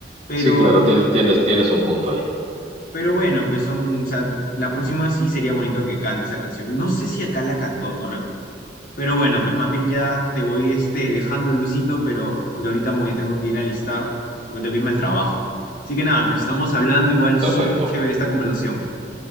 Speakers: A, on the left; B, on the right.
A: Pero
B: Sí, claro, tien- tienes, tienes un punto ahí.
A: Pero bueno, pues son, o sea, la próxima sí sería bonito que cante esa canción. No sé si acá la cantó, no recuerdo. Pero bueno, pues más bien ya te voy este, dejando, Luisito, pero porque ahorita me tengo que ir a alistar, porque tengo que irme al trabajo. Así que nada, pues estamos hablando igual súper
B: Perfecto.
A: chévere esta conversación.